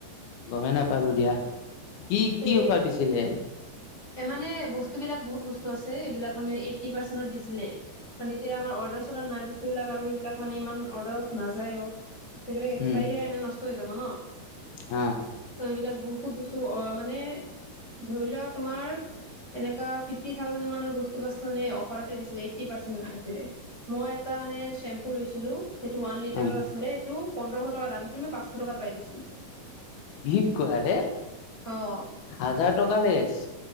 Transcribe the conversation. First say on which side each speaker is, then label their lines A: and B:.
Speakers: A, on the left; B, on the left.
A: গমেই নাপালো দিয়া কি
B: সেয়ে
A: কি অফাৰ দিছিলে
B: এ মানে বস্তু বিলাক বহুত বস্তু আছে এইবিলাক মানে এইট্টি পাৰ্চেন্টত দিছিলে মানে এতিয়া আমাৰ অৰ্ডাৰ চডাৰ নাই বস্তুবিলাক আৰু সেইবিলাক মানে ইমান অৰ্ডাৰত নাযায় অ সেইবিলাক এক্সপায়াৰী
A: উম
B: এনে নষ্ট হৈ যাব ন।
A: হা
B: চ' এইবিলাক বহুত বস্তু অ মানে ধৰি লোৱা তোমাৰ এনেকুৱা ফিফটি থাউজেণ্ড মানৰ বস্তু বাছ অফাৰতে দিছিলে এইটটি পাৰ্চন্ট আহিছিলে মই এটা মানে চেম্পু লৈছিলো সেইটো ওৱান লিটাৰৰ
A: হা
B: আছিলে সেইটো পোন্ধৰশ টকা দাম আছিল মই পাঁচশ টকাত পাই গৈছিলো
A: কি কোৱাৰে
B: অ।
A: হাজাৰ টকা লেচ